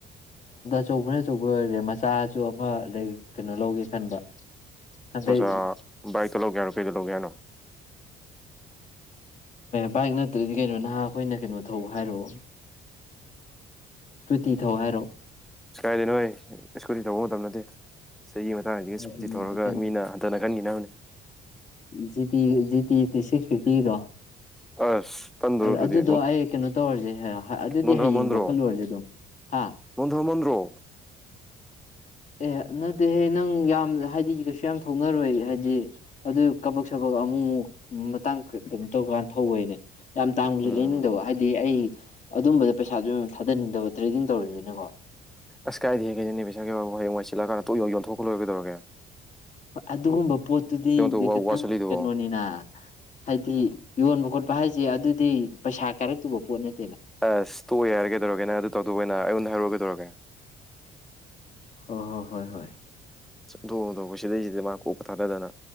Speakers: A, on the left; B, in the centre.
A: ꯑꯆꯧꯕꯅꯆꯧꯕꯔꯦ ꯆꯥꯁꯨ ꯑꯃ ꯂꯩ ꯀꯩꯅꯣ ꯂꯧꯒꯦ ꯈꯟꯕ ꯍꯟꯗꯩ
B: ꯃꯆꯥ ꯕꯥꯏꯛꯇ ꯂꯧꯒꯦꯅꯣ ꯀꯩꯗ ꯂꯧꯒꯦ ꯌꯥꯅꯣ
A: ꯕꯥꯏꯛ ꯅꯠꯇ꯭ꯔꯗꯤ ꯀꯩꯅꯣ ꯅꯍꯥ ꯑꯩꯈꯣꯏꯅ ꯀꯩꯅꯣ ꯊꯧ ꯍꯥꯏꯔꯣ ꯏꯁꯀꯨꯇꯤ ꯊꯧ ꯍꯥꯏꯔꯣ
B: ꯀꯥꯏꯗꯦ ꯅꯣꯏ ꯏꯁꯀꯨꯇꯤ ꯇꯧꯕ ꯃꯇꯝ ꯅꯠꯇꯦ ꯆꯍꯤꯒꯤ ꯃꯇꯥꯡꯁꯤꯒ
A: ꯑꯗꯨꯅꯦ
B: ꯏꯁꯀꯨꯇꯤ ꯇꯧꯔꯒ ꯃꯤꯅ ꯍꯟꯊꯅ ꯈꯟꯈꯤꯅꯕꯅꯤ
A: ꯖꯤ ꯖꯤꯇꯤ ꯇ ꯁꯤꯛꯁ ꯐꯤꯐꯇꯤꯒꯤꯗꯣ
B: ꯑꯁ ꯇꯟꯗ꯭ꯔꯣ
A: ꯑꯗꯨ
B: ꯑꯗꯨꯗꯤ
A: ꯑꯗꯨꯗꯣ ꯑꯩ ꯀꯩꯅꯣ ꯇꯧꯔꯁꯦ ꯑꯗꯨꯗꯤ
B: ꯅꯣꯟꯊꯃꯟꯗ꯭ꯔꯣ
A: ꯍꯌꯦꯡ ꯂꯧꯈꯠꯂꯨꯔꯁꯦ ꯑꯗꯨꯝ ꯍꯥ
B: ꯅꯣꯟꯊꯃꯟꯗ꯭ꯔꯣ
A: ꯑꯦ ꯑꯗꯨꯠꯇꯦꯍꯦ ꯅꯪ ꯌꯥꯝ ꯍꯥꯏꯗꯤ ꯀꯩꯁꯨ ꯌꯥꯝ ꯊꯣꯛꯅꯔꯣꯏ ꯍꯥꯏꯗꯤ ꯑꯗꯨ ꯀꯕꯛ ꯁꯕꯛ ꯑꯃꯨꯛ ꯑꯃꯨꯛ ꯃꯇꯥꯡ ꯑꯗꯨ ꯇꯧꯀꯥꯟꯗ ꯊꯧꯕꯩꯅꯦ ꯌꯥꯝ ꯇꯥꯡꯕꯁꯨ
B: ꯎꯝ
A: ꯂꯩꯅꯤꯡꯗꯕ ꯍꯥꯏꯗꯤ ꯑꯩ ꯑꯗꯨꯝꯕꯗ ꯄꯩꯁꯥꯗ ꯊꯥꯗꯅꯤꯡꯗꯕ ꯇ꯭ꯔꯦꯗꯤꯡ ꯇꯧꯔꯤꯅꯤꯅꯀꯣ
B: ꯑꯁ ꯀꯥꯏꯗꯦ ꯍꯦꯛꯒꯦꯗꯅꯦ ꯄꯕꯤꯁꯥꯒꯤꯦ ꯕꯕꯨ ꯍꯌꯦꯡꯏ ꯆꯠꯂꯥꯟ ꯇꯣꯛ ꯌ ꯌꯣꯟꯊꯣꯛꯀꯂꯣꯏꯒꯗꯧꯔꯒꯦ
A: ꯍꯣꯏ ꯑꯗꯨꯒꯨꯝꯕ ꯄꯣꯠꯇꯨꯗꯤ
B: ꯋꯥꯁꯤꯜꯂꯤꯗꯨꯕꯣ
A: ꯅꯪ ꯀꯩꯅꯣꯅꯤꯅ ꯍꯥꯏꯗꯤ ꯌꯣꯟꯕ ꯈꯣꯠꯄ ꯍꯥꯏꯁꯦ ꯑꯗꯨꯗꯤ ꯄꯩꯁꯥ ꯀꯥꯏꯔꯛꯇꯨꯕ ꯄꯣꯠ ꯅꯠꯇꯦ
B: ꯑꯁ ꯇꯣꯛ ꯌꯥ ꯍꯥꯏꯔꯒꯦ ꯇꯧꯔꯒꯦꯅꯦ ꯑꯗꯨ ꯇꯧꯗꯧꯕ ꯑꯣꯏꯅ ꯑꯩꯉꯣꯟꯗ ꯍꯥꯏꯔꯛꯑꯒꯦ ꯇꯧꯔꯒꯦ
A: ꯑꯣ ꯍꯣ ꯍꯣꯏ ꯍꯣꯏ
B: ꯊꯣꯛꯊꯣꯛ ꯁꯤꯗꯩꯁꯤꯗꯤ ꯃꯥ ꯀꯣꯛꯄ ꯊꯥꯊꯗꯅ